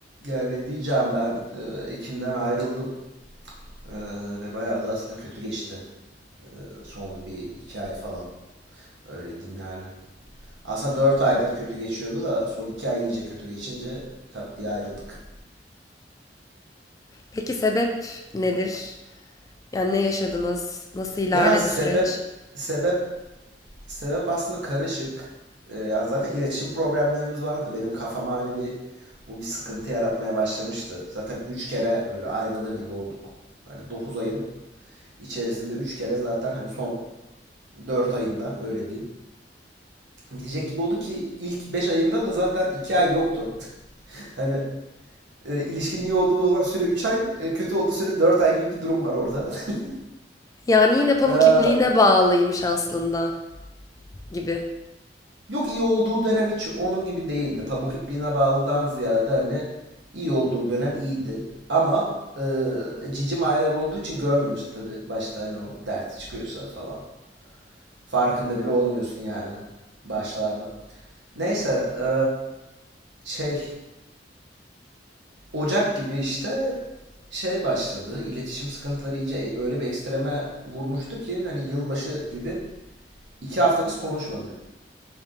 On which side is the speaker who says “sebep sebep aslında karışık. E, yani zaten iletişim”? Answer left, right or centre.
Right